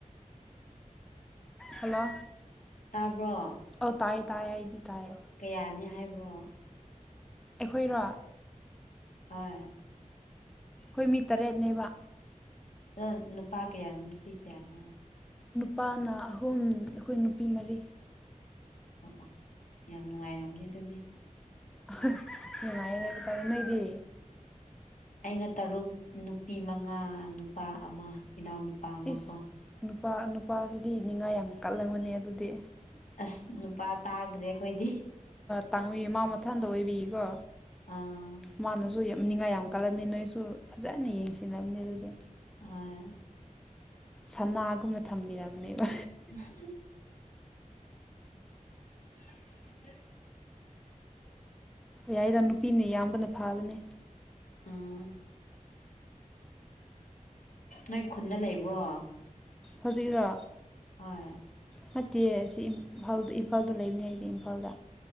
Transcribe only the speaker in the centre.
ꯍꯜꯂꯣ
ꯑ ꯇꯥꯏꯌꯦ ꯇꯥꯏꯌꯦ ꯏꯗꯤ ꯇꯥꯏꯌꯦ
ꯑꯩꯈꯣꯏꯔꯣ
ꯑꯩꯈꯣꯏ ꯃꯤ ꯇꯔꯦꯠꯅꯦꯕ
ꯅꯨꯄꯥꯅ ꯑꯍꯨꯝ ꯑꯩꯈꯣꯏ ꯅꯨꯄꯤ ꯃꯔꯤ
ꯉꯥꯏ ꯍꯥꯏꯕ ꯇꯥꯔꯦ ꯅꯣꯏꯗꯤ
ꯏꯁ
ꯅꯨꯄꯥ ꯅꯨꯄꯥꯁꯤꯗꯤ ꯅꯤꯡꯅꯤꯉꯥ ꯌꯥꯝ ꯀꯜꯂꯝꯕꯅꯤ ꯑꯗꯨꯗꯤ
ꯇꯥꯡꯉꯏ ꯃꯥ ꯃꯊꯥꯟꯗ ꯑꯣꯏꯕꯤꯌꯦꯀꯣ
ꯃꯥꯅꯁꯨ ꯌꯥꯝ ꯅꯤꯡꯉꯥꯏ ꯌꯥꯝ ꯀꯜꯂꯝꯕꯅꯤ ꯅꯣꯏꯁꯨ ꯐꯖꯅ ꯌꯦꯡꯁꯤꯜꯂꯕꯅꯤ ꯑꯗꯨꯗꯤ
ꯁꯅꯥꯒꯨꯝꯅ ꯊꯝꯕꯤꯔꯝꯅꯦꯕ
ꯑꯣ ꯌꯥꯏꯔ ꯅꯨꯄꯤꯅ ꯏꯌꯥꯝꯕꯅ ꯐꯥꯕꯅꯦ
ꯍꯧꯖꯤꯛꯔꯣ
ꯐꯠꯇꯦ ꯁꯤ ꯏꯝꯐꯥꯜꯗ ꯏꯝꯐꯥꯜꯗ ꯂꯩꯕꯅꯦ ꯑꯩꯗꯤ ꯏꯝꯐꯥꯜꯗ